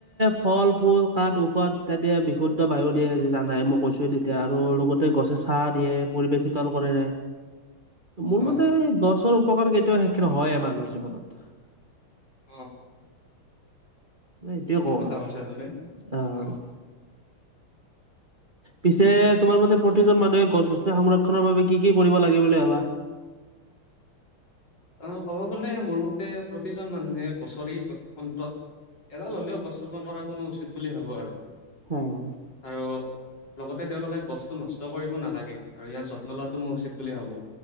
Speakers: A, on the right; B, on the left.
A: ফল, ফুল, কাঠ, ঔষধ ইত্যাদি বিশুদ্ধ বায়ু দিয়ে জানাই মোক কৈছোৱেই তেতিয়া আৰু লগতে গছে চাৰ দিয়ে পৰিৱেশ শীতল কৰে। মোৰ
B: অ
A: মতে গছৰ উপকাৰ কেতিয়াওঁ শেষ নহয়ে মানুহৰ জীৱনত।
B: অ'
A: মই এইটোয়ে
B: ঠিক
A: কওঁ
B: কথা
A: আৰু
B: কৈছা তুমি।
A: আহ
B: অ'
A: পিছে তোমাৰ মতে প্ৰতিজন মানুহে গছ-গছনি সংৰক্ষণৰ বাবে কি-কি কৰিব লাগে বুলি ভাবা?
B: অ'হ, ক'ব গ'লে মোৰ মতে প্ৰতিজন মানুহে বছৰি অন্তত এডাল হ'লেও গছ ৰোপন কৰাটো মই উচিত বুলি ভাবোঁ আৰু।
A: হম।
B: আৰু লগতে তেওঁলোকে গছটো নষ্ট কৰিব নালাগে, আৰু ইয়াৰ যত্ন লোৱাটো মই উচিত বুলি ভাবোঁ।